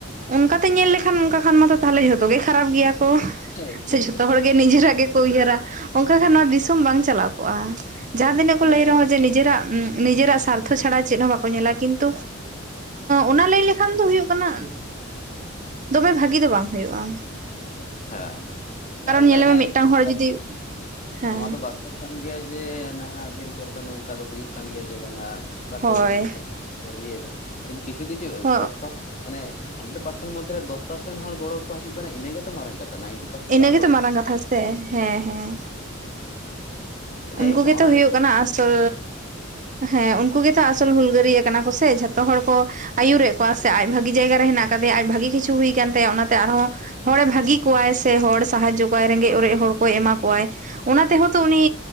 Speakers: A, on the right; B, on the left.
A: ᱚᱱᱠᱟᱛᱮ ᱧᱮᱞ ᱞᱮᱠᱷᱟᱱ ᱚᱱᱠᱟ ᱠᱷᱟᱱ ᱢᱟᱛᱚ ᱛᱟᱦᱚᱞᱮ ᱡᱷᱚᱛᱚ ᱜᱮ ᱠᱷᱟᱨᱟᱯ ᱜᱮᱭᱟ ᱠᱚ
B: ᱦᱮᱸ ᱮᱠᱫᱚᱢ
A: ᱥᱮ ᱡᱷᱚᱛᱚ
B: ᱜᱮ
A: ᱦᱚᱲᱜᱮ ᱱᱤᱡᱮᱨᱟᱜ ᱜᱮᱠᱚ ᱩᱭᱦᱟᱹᱨᱟ ᱚᱱᱠᱟ ᱠᱷᱟᱱ ᱱᱚᱣᱟ ᱫᱤᱥᱚᱢ ᱵᱟᱝ ᱪᱟᱞᱟᱣ ᱠᱚᱜᱼᱟ ᱡᱟᱦᱟᱸ ᱛᱤᱱᱟᱹᱜ
B: ᱦᱮᱸ
A: ᱠᱚ ᱞᱟᱹᱭ ᱨᱮᱦᱚᱸ
B: ᱟᱫᱚ
A: ᱡᱮ ᱱᱤᱡᱮᱨᱟᱜ, ᱱᱤᱡᱮᱨᱟᱜ ᱥᱟᱨᱛᱷᱚ ᱪᱷᱟᱲᱟ ᱪᱮᱫ ᱦᱚᱸ ᱵᱟᱠᱚ ᱧᱮᱞᱟ ᱠᱤᱱᱛᱩ ᱚᱱᱟ ᱞᱟᱹᱭ ᱞᱮᱠᱷᱟᱱ ᱫᱚ ᱦᱩᱭᱩᱜ ᱠᱟᱱᱟ, ᱫᱚᱢᱮ ᱵᱷᱟᱹᱜᱤ ᱫᱚ ᱵᱟᱝ ᱦᱩᱭᱩᱜᱼᱟ᱾
B: ᱦᱮᱸ, ᱠᱟᱨᱚᱱ
A: ᱧᱮᱞᱮ
B: ᱫᱚ ᱦᱮᱸ᱾
A: ᱢᱮ ᱢᱤᱫᱴᱟᱝ
B: ᱱᱚᱣᱟ
A: ᱦᱚᱲ
B: ᱫᱚ ᱵᱟᱥᱛᱚᱵ
A: ᱡᱩᱫᱤ ᱦᱮᱸ
B: ᱱᱚᱣᱟ ᱫᱚ ᱵᱟᱥ ᱠᱟᱱ ᱜᱮᱭᱟ ᱡᱮ ᱱᱟᱦᱟᱜ ᱫᱤᱱ ᱠᱚᱨᱮ ᱫᱚ ᱱᱚᱝᱠᱟ ᱫᱚ ᱦᱩᱭᱩᱜ ᱜᱮᱭᱟ ᱡᱮ ᱵᱟᱝ ᱵᱟᱠᱚ
A: ᱦᱳᱭ
B: ᱤᱭᱟᱹᱭᱮᱫᱟ ᱠᱤᱪᱷᱩ ᱠᱤᱪᱷᱩ
A: ᱦᱚᱸ
B: ᱢᱟᱱᱮ ᱦᱟᱱᱰᱨᱮᱰ ᱯᱟᱨᱥᱮᱱ ᱢᱚᱫᱽᱫᱷᱮ ᱨᱮ ᱫᱚᱥ ᱯᱟᱨᱥᱮᱱᱴ ᱦᱚᱲ ᱜᱚᱲᱚ ᱠᱚ ᱦᱤᱡᱩᱜ ᱠᱟᱱᱟ ᱤᱱᱟᱹᱜᱮᱛᱚ ᱢᱟᱨᱟᱝ ᱠᱟᱛᱷᱟ ᱱᱟᱭᱤᱱᱴᱤ ᱯᱟᱨᱥᱮᱱ
A: ᱤᱱᱟᱹᱜᱮᱛᱚ
B: ᱵᱟᱝ ᱨᱮᱦᱚᱸ
A: ᱢᱟᱨᱟᱝ ᱠᱟᱛᱷᱟ ᱥᱮ ᱦᱮᱸ ᱦᱮᱸ
B: ᱡᱟᱭᱦᱳᱠ
A: ᱩᱱᱠᱩ ᱜᱮᱛᱚ
B: ᱚᱱᱟ
A: ᱦᱩᱭᱩᱜ ᱠᱟᱱᱟ ᱟᱥᱚᱞ ᱦᱮᱸ ᱩᱱᱠᱩ ᱜᱮᱛᱚ ᱡᱚ ᱟᱥᱚᱞ ᱦᱩᱞᱜᱟᱹᱨᱤᱭᱟᱹ ᱠᱟᱱᱟ ᱠᱚ ᱥᱮ ᱡᱷᱚᱛᱚ ᱦᱚᱲ ᱠᱚ
B: ᱦᱩᱸ
A: ᱟᱭᱩᱨᱮᱫ ᱯᱟᱻᱥᱮ ᱟᱡ ᱵᱷᱟᱹᱜᱤ ᱡᱟᱭᱜᱟ ᱨᱮ ᱦᱮᱱᱟᱜ ᱠᱟᱫᱮ, ᱟᱡ ᱵᱷᱟᱹᱜᱤ ᱠᱤᱪᱷᱩ ᱦᱩᱭ ᱟᱠᱟᱱ ᱛᱟᱭᱟ ᱾ᱚᱱᱟᱛᱮ ᱟᱨᱦᱚᱸ ᱦᱚᱲᱮ ᱵᱷᱟᱹᱜᱤ ᱠᱚᱣᱟᱭ ᱥᱮ ᱦᱚᱲ ᱥᱟᱦᱟᱡᱡᱚ ᱠᱚᱣᱟᱭ ᱨᱮᱸᱜᱮᱡ ᱚᱨᱮᱡ ᱦᱚᱲ ᱠᱚᱭ ᱮᱢᱟ ᱠᱚᱣᱟᱭ᱾ ᱚᱱᱟ ᱛᱮᱦᱚᱸ ᱛᱚ ᱩᱱᱤ